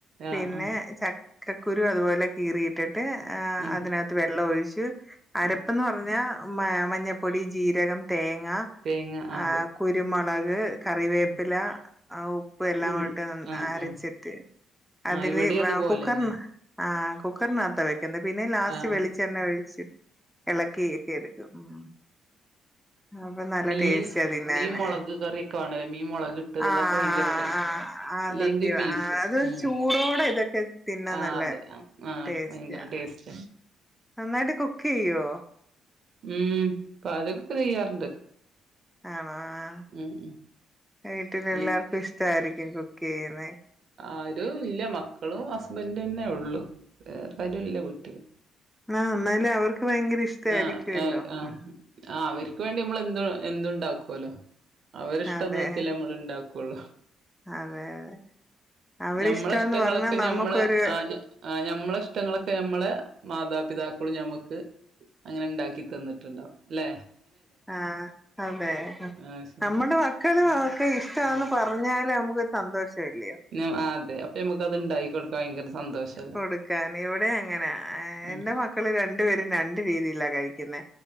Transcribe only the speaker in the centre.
പിന്നെ
ചക്കക്കുരു അതുപോലെ കീറിയിട്ടിട്ട് ആ
അതിനകത്ത്- എന്നിട്ട് വെള്ളം ഒഴിച്ചു അരപ്പ്ന്ന്
പറഞ്ഞാ മ മഞ്ഞപ്പൊടി ജീരകം തേങ്ങ-
ആ
കുരുമുളക് കറിവേപ്പില
ആ ഉപ്പ് എല്ലാംകൂടിട്ട്
ന
അരച്ചിട്ട്.
അതില്
വാ
കുക്കർന്ന്. ആഹ് കുക്കറിനകത്ത വെക്കുന്നത് പിന്നെ ലാസ്റ്റ്
വെളിച്ചെണ്ണെ ഒഴിച്ച്. എളക്കിയെക്കെ എടുക്കും ഉം. അപ്പൊ നല്ല
ടേസ്റ്റ തിന്നാന്
ആഹ്
ആഹ്
ആഹ് ആഹ് ആഹ്.
ആഹ് സത്യവാ
ആ അത്
ചൂടോടെ ഇതൊക്കെ. തിന്നാൻ
നല്ല
ടേസ്റ്റാ
നന്നായിട്ട് കുക്കെയ്യുവോ.
ആണോ ആഹ്
വീട്ടിലെല്ലാർക്കും
ഇഷ്ടമായിരിക്കും കുക്ക് ചെയ്യുന്നെ.
ആഹ് എന്നാലും അവർക്ക് ഭയങ്കര ഇഷ്ടായിരിക്കുവല്ലോ
ഉം.
അതെ
അതെ അതെ അവരിഷ്ടാന്ന്
പറഞ്ഞാ നമ്മുക്കൊരു
ആഹ് അതെ
നമ്മുടെ വ ക്കലു ഒക്കെ ഇഷ്ടമാന്ന് പറഞ്ഞാല് നമുക്കൊരു സന്തോഷം അല്ലയോ.
കൊടുക്കന് ഇവിടെ അങ്ങന ഏ
എന്റെ മക്കള് രണ്ടു പേരും രണ്ട് രീതിയില കഴിക്കുന്നെ.